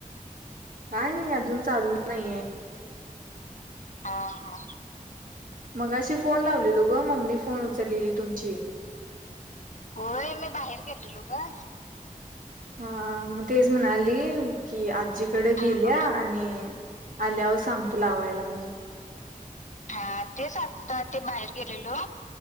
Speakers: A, on the right; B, on the left.
A: काय नाही अजून चालू नही हाय.
B: हा हा.
A: मगाशी फोन लावलेलो ग मम्मी फोन उचललेली तुमची.
B: होय मी बाहेर गेलेलो ग.
A: हा मग तेच म्हणाली की आ जीकडे
B: हा
A: गेल्या
B: हा
A: आणि आल्यावर सांगतो लावायला म्हणून.
B: हा तेच आ ता ते बाहेर गेलेलो,